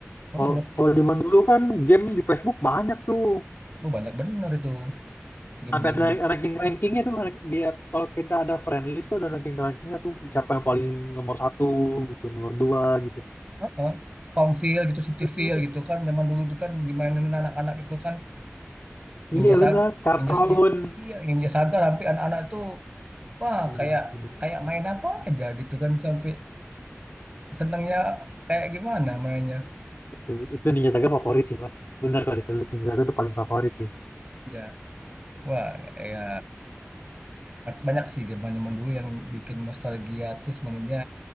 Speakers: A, on the right; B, on the left.
A: Orang
B: Kalau
A: udah
B: kalau zaman dulu kan game di Facebook banyak tuh.
A: oh, banyak bener itu game-game.
B: Sampai ada ranking-rankingnya tuh. rank- Dia kalau kita ada friend list tuh ada ranking-rankingnya tuh. Siapa yang paling nomor satu gitu, nomor dua gitu.
A: Ah, ah. Farmville gitu,
B: Itu
A: Cityville
B: seru tuh.
A: gitu kan zaman dulu tuh kan dimainin anak-anak itu kan Ninja
B: Iya
A: Saga,
B: benar, kartun.
A: Ninja iya Ninja Saga sampai anak-anak tuh wah
B: Aduh,
A: kayak
B: bener.
A: kayak main apa aja gitu kan sampai senangnya kayak gimana mainnya
B: Itu, itu Ninja Saga favorit sih mas. Bener kalau dipeluk Ninja Saga itu paling favorit sih.
A: ya wah ya banyak sih game zaman dulu yang bikin nostalgia tuh sebenarnya